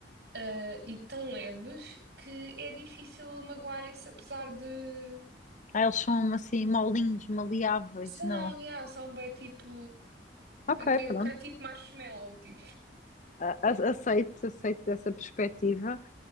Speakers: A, on the right; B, on the left.
A: eh, e tão leves que é difícil magoarem-se apesar de
B: Ah, eles são assim molinhos, maleáveis,
A: São,
B: não?
A: yeah, são bem tipo.
B: Ok,
A: Aquele
B: pronto.
A: cai tipo marshmallow, tipo.
B: A- a- Aceito, aceito dessa perspectiva.